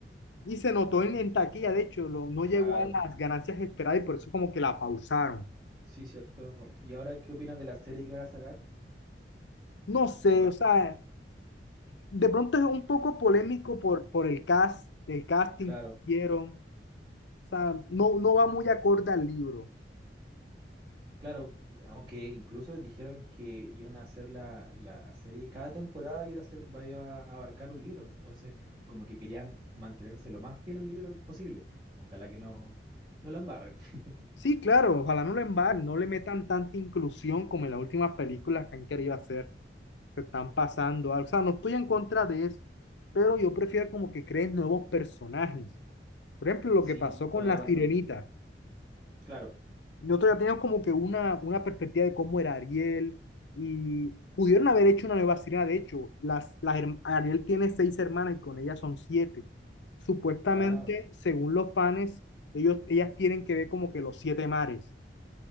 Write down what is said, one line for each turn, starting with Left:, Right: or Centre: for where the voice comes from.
Left: Y se notó en, en taquilla, de hecho, lo- no
Right: Claro,
Left: llegó a las ganancias esperadas y por eso como que la pausaron.
Right: sí, cierto. com- ¿Y ahora qué opinas de la serie que van a sacar?
Left: No sé,
Right: ¿O no,
Left: o sea, de pronto es un poco polémico por, por el cast, el casting
Right: Claro,
Left: que hicieron. O sea, no, no va muy acorde al libro.
Right: claro, aunque incluso dijeron que iban a hacer la, la serie, cada temporada iba a ser, va- iba a abarcar un libro, entonces como que querían mantenerse lo más fiel al libro posible. Ojalá que no, no la embarren. <laughs>
Left: Sí, claro, ojalá no lo embarren, no le metan tanta inclusión como en las últimas películas que han querido hacer. Se están pasando. algo. O sea, no estoy en contra de eso, pero yo prefiero como que creen nuevos personajes. Por ejemplo, lo
Right: Sí,
Left: que pasó con
Right: toda
Left: la
Right: razón.
Left: sirenita.
Right: Claro,
Left: Nosotros ya teníamos como que una, una perspectiva de cómo era Ariel y pudieron haber hecho una nueva sirena. De hecho, las, las, herm- Ariel tiene seis hermanas y con ellas son siete. Supuestamente,
Right: claro.
Left: según los fans, ellos, ellas tienen que ver como que los siete mares.